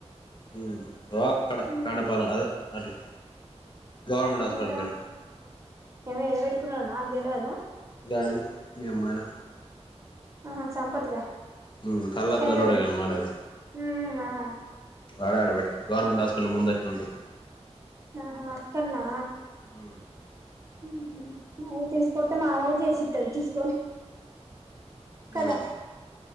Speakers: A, on the left; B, on the right.
A: ఉమ్ రక్కడ
B: మ్మ్
A: కాండ పాలేం అదే అట్లా గవర్నమెంట్ హాస్పిటల్
B: ఎక్కడ
A: కడ
B: ఏమో ఎడబెట్టుకున్నాడో నాకు తెలివద
A: గన్మే మెంపోయిన
B: ఆ సంపత్గా
A: ఉమ్ కళ్ళద్దలోడే
B: కర్రుడు
A: గా నువ్ అనేది
B: మ్మ్ ఆ
A: ఆడ ఆడ పెట్టుకో గవర్నమెంట్ హాస్పిటల్ ముందట్నే ఉంటది
B: ఆహా అక్కన్నా
A: ఉమ్
B: ఆహ్ హు హు మూడు తీసుకతే మావోడు చేసిస్తాడు తీసుకొని
A: ఉమ్
B: కద